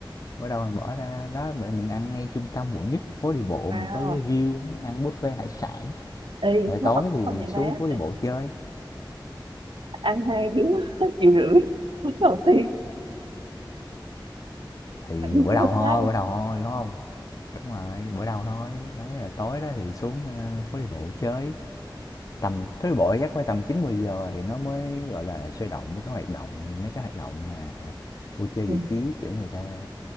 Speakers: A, on the left (about 45°); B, on the right (about 75°).
A: Mới đầu mình bỏ ra đó mẹ mình ăn ngay trung tâm quận nhất, phố đi bộ
B: wow
A: mình có cái view ăn buffet hải sản.
B: Ê,
A: Rồi
B: nó
A: tối
B: hợp lý
A: thì
B: không vậy bé
A: xuống phố
B: Tại
A: đi bộ chơi.
B: ăn hai đứa <laughs> hết triệu rưỡi Cuối đầu tiên
A: Thì
B: phải đi
A: bữa
B: chơi
A: đầu
B: với
A: thôi,
B: ai
A: bữa đầu thôi đúng không? Đúng rồi, bữa đầu thôi. Đấy là tối đó thì xuống à, phố đi bộ chơi. Tầm phố đi bộ chắc phải tầm 9 10 giờ thì nó mới gọi là sôi động, nó có hoạt động mấy cái hoạt động mà vui chơi
B: Ừ.
A: giải trí kiểu người ta